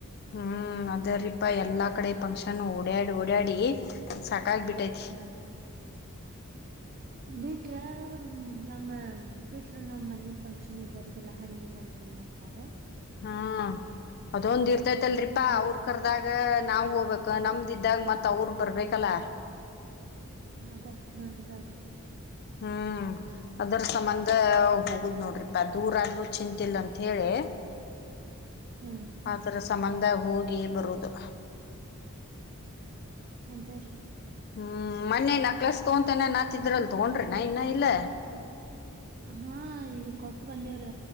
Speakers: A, on the left (about 45°); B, on the right (about 40°).
A: ಹ್ಮ್ ಅದ ರೀಪಾ ಎಲ್ಲಾ ಕಡೆ ಫಂಕ್ಷನ್ ಓಡ್ಯಾಡಿ ಓಡ್ಯಾಡಿ ಸಾ ಸಾಕಾಗ್ ಬಿಟ್ಟೈತಿ
B: ಹಾ. ಬಿಟ್ರ ನಮ್ಮ ಬಿಟ್ರ ನಮ್ಮನಿ ಫಂಕ್ಷನ್ ಗಿ ಬರುದಿಲ್ಲ ಹಂಗ ಹಿಂಗ ಅಂತನಾತಾರ
A: ಹ್ಮ ಅದೊಂದ್ ಇರ್ತೈತ್ಲ್ರಿಪಾ
B: ಹ್ಮ್
A: ಅವ್ರ ಕರ್ದಾಗ ನಾವ್ ಹೋಗ್ಬೇಕ ನಮ್ದಿದ್ದಾಗ ಮತ್ ಅವ್ರ ಬರ್ಬೇಕಲ್ಲ
B: ಅದ ಹಂಗ ತ್ರಿ
A: ಹ್ಮ್ ಅದರ ಸಂಬಂಧ ಹೋಗುದ್ ನೋಡ್ರಿಪಾ ದೂರ ಆದ್ರ ಚಿಂತಿಲ್ಲ ಅಂತ ಹೇಳಿ
B: ಹಾ
A: ಹದರ ಸಂಬಧ ಹೋಗಿ ಬರುದು
B: ಅದ ರಿ
A: ಹ್ಮ್ ಮೊನ್ನೆ ನಕ್ಲಸ್ ತಗೋತನ ನಾತಿದ್ರಲ್ ತಗೊಂಡ್ರಿ ನಾ ಇನ್ನ ಇಲ್ಲ
B: ಹಾ ಈ ಕೊಟ್ಟು ಬಂದೇವ್ರಿ